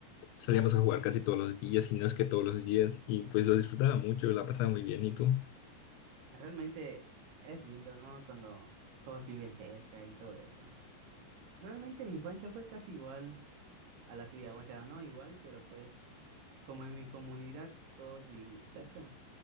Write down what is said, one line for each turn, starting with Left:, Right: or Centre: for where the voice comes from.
Left: salíamos a jugar casi todos los días, y no es que todos los días, y pues lo disfrutaba mucho, la pasaba muy bien. ¿Y tú?
Right: Realmente es lindo, ¿no? Cuando todos viven cerca y todo eso. Realmente mi infancia fue casi igual. a la tuya. O sea, no igual, pero pues como en mi comunidad todos vivimos cerca,